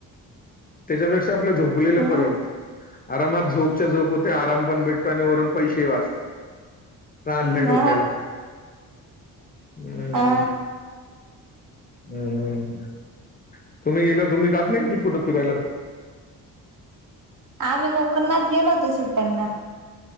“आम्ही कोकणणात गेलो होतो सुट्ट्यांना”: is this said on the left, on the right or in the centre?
Right